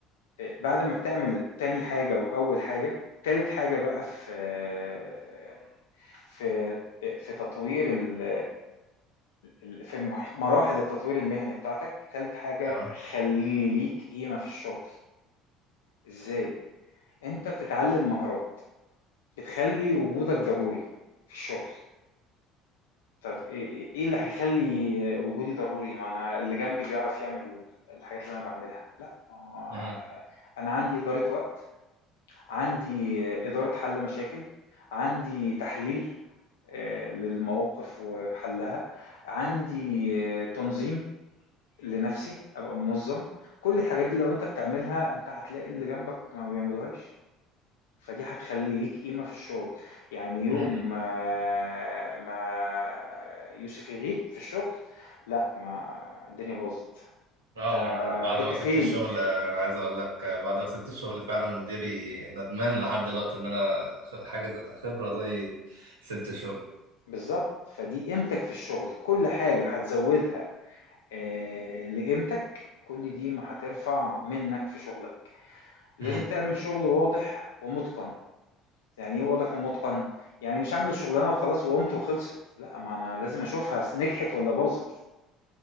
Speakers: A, on the left; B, on the right.
A: آه، بعد ما بتعمل تاني حاجة وأول حاجة تالت حاجة بقى في آه، في في تطوير ال ال في مراحل التطوير المهني بتاعتك تالت حاجة
B: اه
A: خلي ليك قيمة في الشغل ازاي انت بتتعلم مهارات بتخلي وجودك ضروري في الشغل طب ايه إيه اللي هيخلي وجودي ضروري ما انا اللي جنبي بيعرف يعمل الحاجات اللي انا بعملها لا ما هو
B: امم
A: انا عندي إدارة وقت عندي إدارة حل مشاكل عندي تحليل آه، للمواقف وحلها عندي آه، تنظيم لنفسي ابقى منظم كل الحاجات دي لو انت بتعملها انت هتلاقي اللي جنبك ما بيعملوهاش فدي هتخلي ليك قيمة في الشغل يعني يوم
B: امم
A: ما, ما يوسف يغيب في الشغل لا ما الدنيا باظت
B: اه
A: انت
B: ما انا بعد
A: كنت
B: ما سبت
A: فين
B: الشغل آه، عايز اقول لك آه، بعد ما سبت الشغل فعلا مديري ندمان لحد دلوقتي ان انا خ- حاجه زي- خبره زي سبت الشغل
A: بالظبط فدي قيمتك في الشغل كل حاجة هتزودها آه، لقيمتك كل دي ما هترفع منك في شغلك لازم
B: امم
A: تعمل شغل واضح ومتقن يعني ايه واضح ومتقن يعني مش هعمل الشغلانه وخلاص وقمت وخلصت لا ما انا لازم اشوفها نجحت ولا باظت